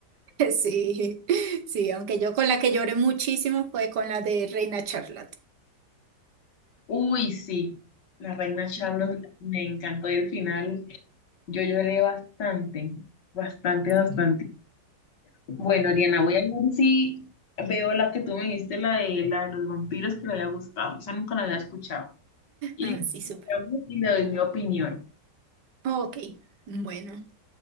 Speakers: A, on the right; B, on the left.
A: <laughs> Sí, sí, aunque yo con la que lloré muchísimo fue con la de Reina Charlotte.
B: Uy, sí, la reina Charlotte
A: Ujú.
B: me encantó y el final yo lloré bastante, bastante, bastante.
A: <laughs>
B: Bueno, Ariana, voy a ver si veo la que tú me dijiste, la de, la de los vampiros que le había gustado. Esa nunca la había escuchado. Y,
A: Ah, sí, súper.
B: y le doy mi opinión.
A: Ok, bueno,